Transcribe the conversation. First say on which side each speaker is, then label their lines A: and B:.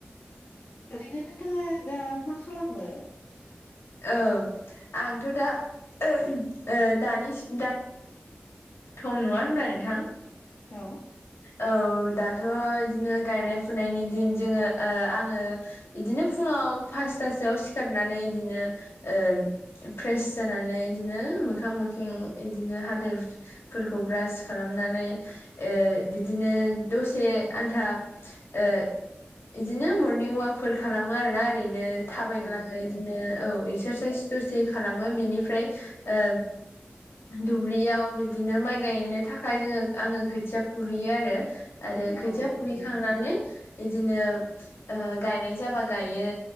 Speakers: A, on the left; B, on the left.
A: ओरैनो नोंथाङा दा मा खालामो?
B: ओ आंथ' दा <unintelligible> ओ दानि दा। सम नङा होनब्ला नोंथां।
A: औ।
B: औ दाथ' इदिनो गायनाय फुनायनि दिन जोङो ओ आङो इदिनो फुङाव फासतासोआव सिखारनानै इदिनो ओ फ्रेस जानानै इदिनो मोखां मोखिं इदिनो हाथाय हु फोरखौ ब्रास खालामनानै ओ बिदिनो दसे आन्था। ओ। इदिनो मरनिं अवाकफोर खालामो आरोना ओरैनो थाबायग्लाङो
A: औ नोंथां
B: इदिनो औ एक्सारसाइस दसे खालामो बिनिफ्राय ओ दुब्लियाव इदिनो माइ गायनो थाखाय जोङो आङो खोथिया फुहैयो आरो। आरो खोथिया
A: औ
B: फुहैखांनानै
A: नोंथां
B: इदिनो ओ गायनाय जाबा गायो